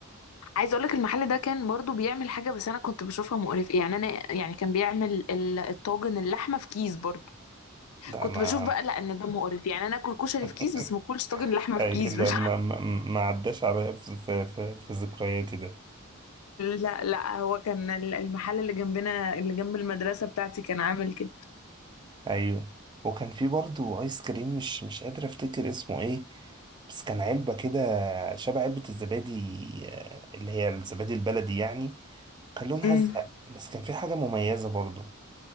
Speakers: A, on the left; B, on the right.
A: عايزه اقول لك المحل ده كان برضه بيعمل حاجه بس انا كنت بشوفها مقرفه يعني انا يعني كان بيعمل ال- الطاجن اللحمه في كيس برضه
B: لا
A: كنت
B: ما
A: بشوف بقى لا ان ده مقرف يعني انا اكل كشري
B: <laughs>
A: في كيس بس ما اكلش طاجن لحمه في
B: اي
A: كيس
B: لا
A: مش
B: ما ما ما عداش عليا في في في, في ذكرياتي ده
A: لا لا هو كان ال- المحل اللي جنبنا اللي جنب المدرسة بتاعتي كان عامل كده
B: ايوه وكان في برضه ايس كريم مش مش قادر افتكر اسمه ايه بس كان علبة كده شبه علبة الزبادي آه، اللي هي الزبادي البلدي يعني كان لونها
A: امم
B: ازرق بس كان في حاجة مميزة برضو